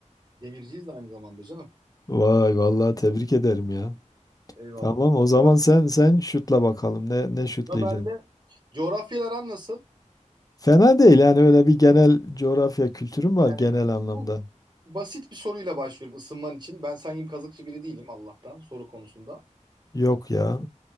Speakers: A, on the right; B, on the left.
A: Demirciyiz de aynı zamanda canım.
B: <laughs> Vay vallahi tebrik ederim ya.
A: Eyvallah.
B: Tamam o
A: O
B: zaman
A: zaman
B: sen sen şutla bakalım ne ne şutlayacaksın.
A: da ben de coğrafyalar aran nasıl?
B: Fena değil yani öyle bir genel coğrafya kültürüm var
A: Yani
B: genel anlamda.
A: bu basit bir soruyla başlıyorum ısınman için. Ben sen gibi kazıkçı biri değilim Allah'tan soru konusunda.
B: Yok ya.